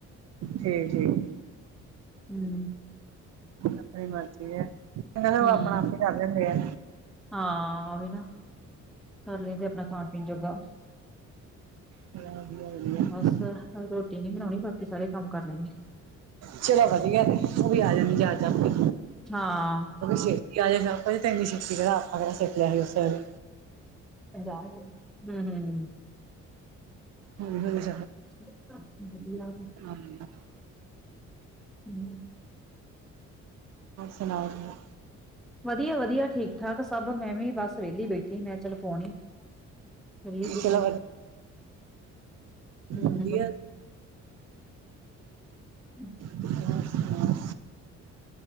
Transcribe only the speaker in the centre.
ਹੂੰ।
ਹੂੰ
ਹਾਂ ਉਹੀ ਨਾ, ਕਰ ਲੈਂਦੇ ਆਪਣਾ ਖਾਣ-ਪੀਣ ਜੋਗਾ।
ਬਸ ਰੋਟੀ ਨੀ ਬਣਾਉਣੀ, ਬਾਕੀ ਸਾਰੇ ਕੰਮ ਕਰ ਲੈਣੇ
ਹਾਂ।
ਇਹ ਜਾਣਗੇ ਹੂੰ-ਹੂੰ, ਹੂੰ-ਹੂੰ।
ਅੱਛਾ ਵਧੀਆ ਕੇ।
ਹੂੰ-ਹੂੰ।
ਵਧੀਆ-ਵਧੀਆ, ਠੀਕ-ਠਾਕ ਸਭ। ਮੈਂ ਵੀ ਬਸ ਵਿਹਲੀ ਬੈਠੀ ਮੈਂ ਚਲ ਫੋਨ ਈ ਪਰੀਐ ਕਿਸੇ
ਨੂੰ,
ਹੂੰ।
ਹੂੰ।